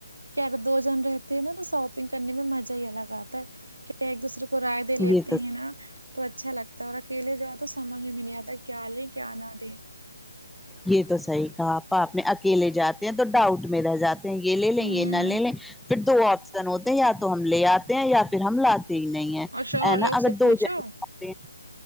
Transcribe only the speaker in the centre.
یہ تو
یہ تو صحیح کہا آپا اپ نے اکیلے جاتے ہیں تو ڈاؤٹ میں رہ جاتے یہ لے لیں
یہ نہ لے لیں پھر دو آپ شن ہوتے یا تو ہم لے آتے ہیں یا پھر ہم لاتے ہی نہیں ہیں
ہے نا
اگر
دو
جنے جاتے ہیں۔